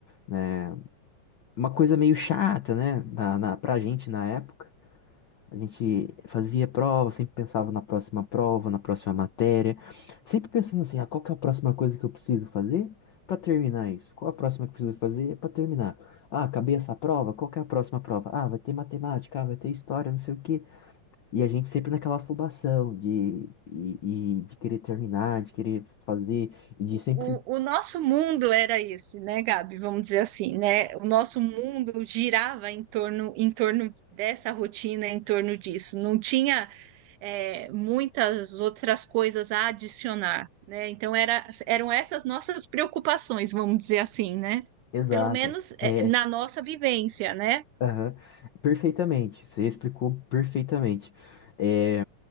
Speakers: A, on the left (about 70°); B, on the right (about 80°).
A: né? Uma coisa meio chata, né? Na, na, pra gente na época. A gente fazia prova, sempre pensava na próxima prova, na próxima matéria. Sempre pensando assim, ah, qual que é a próxima coisa que eu preciso fazer pra terminar isso? Qual a próxima que eu preciso fazer pra terminar? Ah, acabei essa prova, qual que é a próxima prova? Ah, vai ter matemática, ah, vai ter história, não sei o quê. E a gente sempre naquela afobação de, e, e de querer terminar, de querer fazer, e de
B: O,
A: sempre
B: o nosso mundo era esse, né, Gabi? Vamos dizer assim, né? O nosso mundo girava em torno, em torno dessa rotina, em torno disso. Não tinha, é, muitas outras coisas a adicionar, né? Então era, eram essas nossas preocupações, vamos dizer assim, né?
A: Exato.
B: Pelo menos
A: É,
B: é, na nossa vivência, né?
A: aham. Perfeitamente. Você explicou perfeitamente. É,